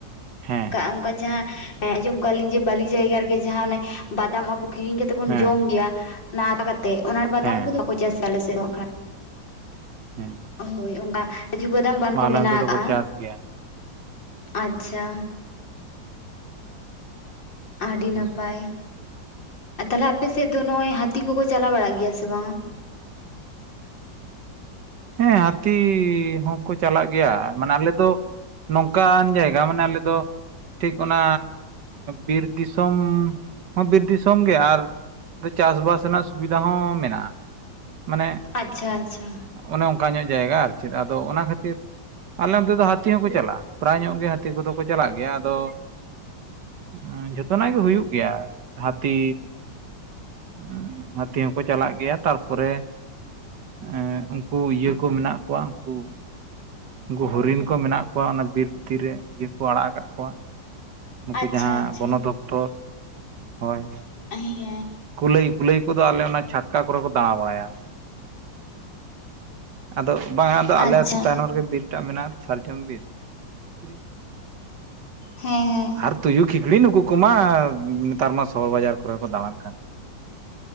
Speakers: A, on the right; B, on the left.
A: ᱦᱮᱸ
B: ᱚᱱᱠᱟ ᱡᱟᱦᱟᱸ ᱦᱮᱸ ᱟᱸᱡᱚᱢ ᱠᱟᱜ ᱞᱤᱧ ᱡᱮ ᱵᱟᱹᱞᱤ ᱡᱟᱭᱜᱟ ᱨᱮᱜᱮ ᱡᱟᱦᱟᱸ ᱚᱱᱮ ᱵᱟᱫᱟᱢ ᱟᱵᱚ ᱠᱤᱨᱤᱧ ᱠᱟᱛᱮᱜ ᱵᱚᱱ
A: ᱦᱮᱸ
B: ᱡᱚᱢ ᱜᱮᱭᱟ ᱱᱟ ᱠᱟᱛᱮᱫ ᱚᱱᱟ ᱵᱟᱫᱟᱢ
A: ᱦᱮᱸ
B: ᱠᱚᱫᱚ ᱵᱟᱠᱚ ᱪᱟᱥ ᱟᱞᱮᱥᱮᱫ ᱟᱜᱠᱷᱟᱱ
A: ᱦᱮᱸ
B: ᱦᱳᱭ ᱚᱱᱠᱟ ᱠᱟᱡᱩ ᱵᱟᱫᱟᱢ ᱵᱟᱱ
A: ᱢᱟ
B: ᱠᱚ
A: ᱟᱞᱮ
B: ᱢᱮᱱᱟᱜ
A: ᱚᱱᱛᱮ ᱫᱚᱠᱚ
B: ᱟᱠᱟᱜ
A: ᱪᱟᱥ ᱜᱮᱭᱟ
B: ᱟᱪᱪᱷᱟ ᱟᱹᱰᱤ
A: ᱦᱮᱸ
B: ᱱᱟᱯᱟᱭ ᱛᱟᱦᱚᱞᱮ ᱟᱯᱮ ᱥᱮᱫ ᱫᱚ ᱱᱚᱜᱼᱚᱭ ᱦᱟᱹᱛᱤ ᱠᱚᱠᱚ ᱪᱟᱞᱟᱣ ᱵᱟᱲᱟᱜ ᱜᱮᱭᱟ ᱥᱮ ᱵᱟᱝ
A: ᱦᱮᱸ ᱦᱟᱹᱛᱤ ᱦᱚᱸᱠᱚ ᱪᱟᱞᱟᱜ ᱜᱮᱭᱟ ᱢᱟᱱᱮ ᱟᱞᱮ ᱫᱚ ᱱᱚᱝᱠᱟᱱ ᱡᱟᱭᱜᱟ ᱢᱟᱱᱮ ᱟᱞᱮ ᱫᱚ ᱴᱷᱤᱠ ᱚᱱᱟ ᱵᱤᱨ ᱫᱤᱥᱚᱢ ᱦᱚᱸ ᱵᱤᱨ ᱫᱤᱥᱚᱢ ᱜᱮ ᱟᱨ ᱫᱚ ᱪᱟᱥ ᱵᱟᱥ ᱨᱮᱱᱟᱜ ᱥᱩᱵᱤᱫᱟ ᱦᱚᱸ ᱢᱮᱱᱟᱜ-ᱟ, ᱢᱟᱱᱮ
B: ᱟᱪᱪᱷᱟ ᱟᱪᱪᱷᱟ᱾
A: ᱚᱱᱮ ᱚᱱᱠᱟ ᱧᱚᱜ ᱡᱟᱭᱜᱟ ᱟᱨ ᱪᱮᱫ ᱟᱫᱚ ᱚᱱᱟ ᱠᱷᱟᱹᱛᱤᱨ ᱟᱞᱮ ᱚᱱᱛᱮ ᱫᱚ ᱦᱟᱛᱤ ᱦᱚᱸᱠᱚ ᱪᱟᱞᱟᱜ-ᱟ ᱯᱨᱟᱭ ᱧᱚᱜ ᱜᱮ ᱦᱟᱹᱛᱤ ᱠᱚᱫᱚ ᱠᱚ ᱪᱟᱞᱟᱜ ᱜᱮᱭᱟ ᱟᱫᱚ ᱟᱸ ᱡᱷᱚᱛᱚ ᱱᱟᱜ ᱜᱮ ᱦᱩᱭᱩᱜ ᱜᱮᱭᱟ ᱦᱟᱹᱛᱤ ᱮᱸ ᱦᱟᱹᱛᱤ ᱦᱚᱸᱠᱚ ᱪᱟᱞᱟᱜ ᱜᱮᱭᱟ ᱛᱟᱨᱯᱚᱨᱮ ᱮᱸᱜ ᱩᱱ ᱠᱩ ᱤᱭᱟᱹ ᱠᱚ ᱢᱮᱱᱟᱜ ᱠᱚᱣᱟ ᱩᱱᱠᱩᱼᱼ ᱩᱱᱠᱩ ᱦᱚᱨᱤᱱ ᱠᱚ ᱢᱮᱱᱟᱜ ᱠᱚᱣᱟ ᱚᱱᱟ ᱵᱤᱨ ᱵᱷᱤᱛᱤᱨ ᱨᱮ ᱤᱭᱟᱹ ᱠᱚ ᱟᱲᱟᱜ ᱟᱠᱟᱜ ᱠᱚᱣᱟ᱾ ᱱᱩᱠᱩ
B: ᱟᱪᱪᱷᱟ
A: ᱡᱟᱦᱟᱸ
B: ᱟᱪᱪᱷᱟ
A: ᱵᱚᱱᱚᱫᱚᱯᱛᱚᱨ ᱦᱳᱭ
B: ᱦᱮᱸ ᱜᱮ᱾
A: ᱠᱩᱞᱟᱹᱭ ᱠᱩᱞᱟᱹᱭ ᱠᱚᱫᱚ ᱟᱞᱮ ᱚᱱᱟ ᱪᱷᱟᱴᱠᱟ ᱠᱚᱨᱮ ᱠᱚ ᱫᱟᱬᱟ ᱵᱟᱲᱟᱭᱟ᱾ ᱟᱫᱚ ᱵᱟᱝᱟ ᱟᱫᱚ ᱟᱞᱮ
B: ᱟᱪᱪᱷᱟ
A: ᱟᱹᱛᱩ ᱛᱟᱭᱱᱚᱢ ᱨᱮᱜ ᱵᱤᱨ ᱴᱟᱜ ᱢᱮᱱᱟᱜ-ᱟ ᱥᱟᱨᱡᱚᱢ ᱵᱤᱨ, ᱵᱤᱨ᱾
B: ᱦᱮᱸ ᱦᱮᱸ
A: ᱦᱟᱨ ᱛᱩᱭᱩ ᱠᱷᱤᱸᱠᱬᱤ ᱱᱩᱠᱩ ᱠᱩᱢᱟ ᱚᱵᱻ ᱱᱮᱛᱟᱨ ᱢᱟ ᱥᱚᱦᱚᱨ ᱵᱟᱡᱟᱨ ᱠᱚᱨᱮ ᱦᱚᱸ ᱠᱚ ᱫᱟᱬᱟᱱ ᱠᱟᱱ᱾ ᱜᱮᱭᱟ